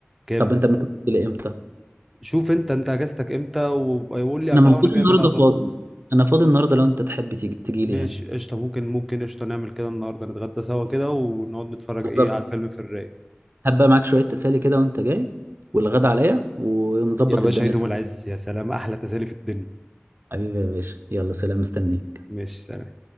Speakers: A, in the centre; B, on the right (about 60°).
A: كام
B: طب انت ممكن تجيلي امتى
A: شوف انت انت اجازتك امتى ويقول لي قبلها
B: انا موجود
A: وانا كده
B: النهارده
A: كده هظبط
B: فاضي انا فاضي النهارده لو انت تحب تيجي تجيلي
A: ماشي
B: يعني
A: قشطه ممكن ممكن قشطه نعمل كده النهارده نتغدى سوا
B: بس-
A: كده ونقعد نتفرج
B: بالظبط
A: ايه على الفيلم في الرايق
B: هبقى معاك شوية تسالي كده وانت جاي والغدا عليا ونظبط
A: يا باشا
B: الدنيا
A: عيد
B: سوا
A: يوم العز يا سلام احلى تسالي في الدنيا
B: حبيبي يا باشا يلا سلام مستنيك
A: ماشي